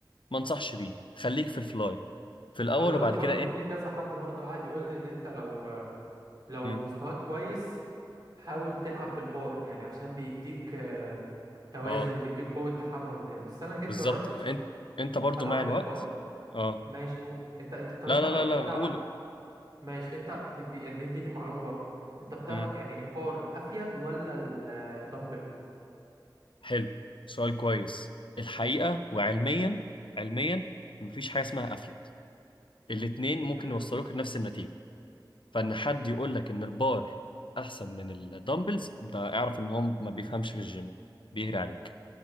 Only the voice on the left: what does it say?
ما انصحش بيه خليك في الفلاي في الاول
وبعد
كده انهي
مم.
اه
بالظبط
انت انت برضو
مع الوقت
اه
لا
لا
لا لا
لا، قول
مم.
حلو سؤال كويس الحقيقة وعلميا علميا مفيش حاجة اسمها افيد الاتنين ممكن
يوصلوك لنفس النتيجة فان حد يقول لك ان البار احسن من الدمبلز ده اعرف ان هو ما بيفهمش في الجيم بيهري عليك